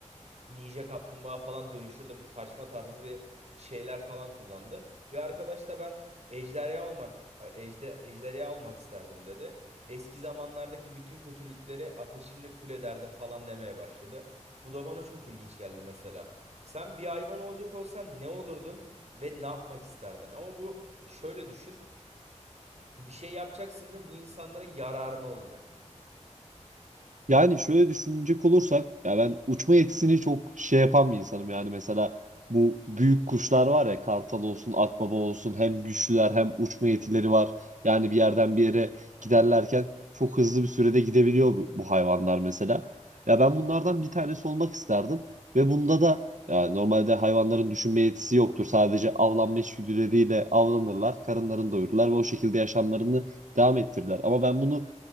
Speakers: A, on the right; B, on the right.
A: Ninja Kaplumbağa falan dönüşürdüm. Saçma tarzı bir şeyler falan kullandı. Bir arkadaş da ben ejderha olmak ejde, ejderha olmak isterdim dedi. Eski zamanlardaki bütün kötülükleri ateşimle kül ederdim falan demeye başladı. Bu da bana çok ilginç geldi mesela. Sen bir hayvan olacak olsan ne olurdun ve ne yapmak isterdin? Ama bu şöyle düşün. Bir şey yapacaksın ve bu insanlara yararına olacak.
B: Yani şöyle düşünecek olursak ya ben uçma yetisini çok şey yapan bir insanım yani mesela bu büyük kuşlar var ya kartal olsun akbaba olsun hem güçlüler hem uçma yetileri var. Yani bir yerden bir yere giderlerken çok hızlı bir sürede gidebiliyor bu, bu hayvanlar mesela. Ya ben bunlardan bir tanesi olmak isterdim ve bunda da ya normalde hayvanların düşünme yetisi yoktur. Sadece avlanma içgüdüleriyle avlanırlar, karınlarını doyururlar ve o şekilde yaşamlarını devam ettirirler. Ama ben bunu